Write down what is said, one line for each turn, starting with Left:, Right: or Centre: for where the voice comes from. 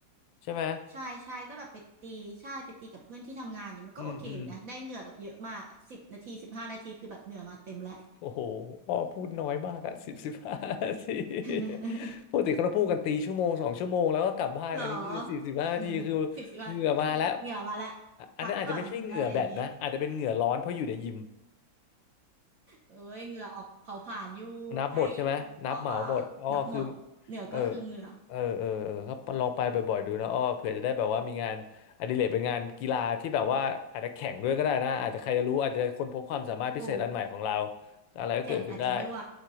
Left: ใช่ไหม
Right: ใช่ใช่ก็แบบไปตีใช่ไปตีกับเพื่อนที่ทำงานอย่างเงี้ยมันก็โอเคอยู่นะได้เหงื่อแบบเยอะมากอะสิบนาทีสิบห้านาทีคือแบบเหงื่อมาเต็มแล้ว
Left: อืมอืมโอ้โหอ้อพูดน้อยมากอะสิบสิบห้านาที <laughs>
Right: <laughs>
Left: ปกติเขาจะพูดกันตีชั่วโมงสองชั่วโมงแล้วก็กลับบ้านอันนี้คือสิบสิบห้านาทีคือ
Right: หรอ <laughs> สิบสิบวัน
Left: เหงื่อมาแล้ว
Right: เหงื่อมาแล้ว
Left: อันนั้นอาจจะไม่ใช่เหงื่อแบดนะอาจจะเป็นเหงื่อร้อนเพราะอยู่ในยิม
Right: พักก่อนอะไรอย่างนี้เอ้ยเหงื่อออกเผาผ่านอยู่ได้อยู่เอาว่า
Left: นับหมดใช่ไหมนับเหมาหมดอ้อคือ
Right: นับหมดเหงื่อก็คือเหงื่อ
Left: เออเออเออเออก็ลองไปบ่อยๆดูนะอ้อเผื่อจะได้แบบว่ามีงานอดิเรกเป็นงานกีฬาที่แบบว่าอาจจะแข่งด้วยก็ได้นะอาจจะใครจะรู้อาจจะค้นพบความสามารถพิเศษอันใหม่ของเรา
Right: โอ้
Left: อะไรก็เกิดขึ้นได้
Right: แข่งอาจจะไม่ไหว